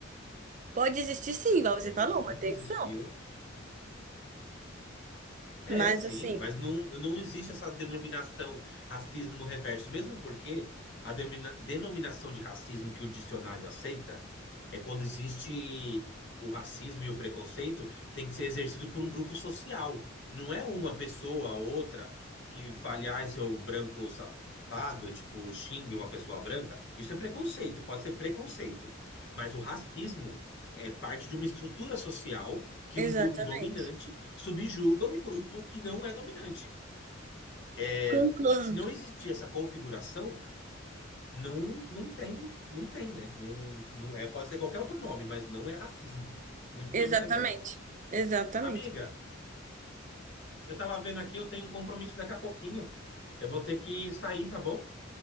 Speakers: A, on the right; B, on the left.
A: Pode existir sim,
B: Não,
A: igual
B: não,
A: você falou,
B: ex- nunca
A: uma tensão.
B: existiu. É,
A: Mas
B: sim,
A: assim,
B: mas não, não existe essa denominação racismo reverso, mesmo porque a demina- denominação de racismo que o dicionário aceita é quando existe o racismo e o preconceito tem que ser exercido por um grupo social, não é uma pessoa ou outra que fale, ah, seu branco safado, tipo, xingue uma pessoa branca. Isso é preconceito, pode ser preconceito, mas o racismo é parte de uma estrutura social que
A: exatamente.
B: um grupo dominante subjuga um grupo que não é dominante. É,
A: Concordo.
B: se não existir essa configuração, não, não tem, não tem, né? Não, não é, pode ser qualquer outro nome, mas não é racismo. Muito
A: Exatamente.
B: menos reverso.
A: Exatamente.
B: Amiga, eu tava vendo aqui, eu tenho um compromisso daqui a pouquinho. Eu vou ter que sair, tá bom?